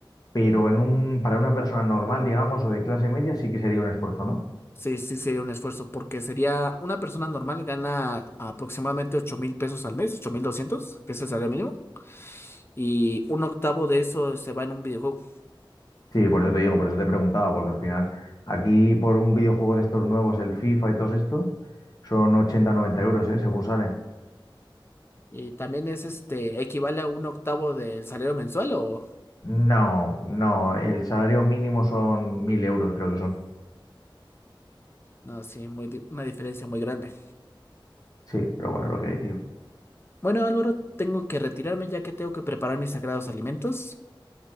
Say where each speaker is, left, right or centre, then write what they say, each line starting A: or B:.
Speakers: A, on the left; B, on the left.
A: Pero en un, para una persona normal, digamos, o de clase media, sí que sería un esfuerzo, ¿no?
B: sí, sí sería un esfuerzo porque sería una persona normal gana aproximadamente ocho mil pesos al mes, 8.200 que es el salario mínimo y un octavo de eso se va en un videojuego.
A: Sí, por eso te digo, por eso te preguntaba, porque al final, aquí por un videojuego de estos nuevos, el FIFA y todos estos, son ochenta, noventa euros, ¿eh? Según sale.
B: Y también es este, equivale a un octavo del salario mensual o
A: No, no, el salario mínimo son 1000 euros, creo que son.
B: no, sí, muy, di- una diferencia muy grande.
A: Sí, pero bueno, lo que hay, tío.
B: Bueno, Álvaro, tengo que retirarme ya que tengo que preparar mis sagrados alimentos.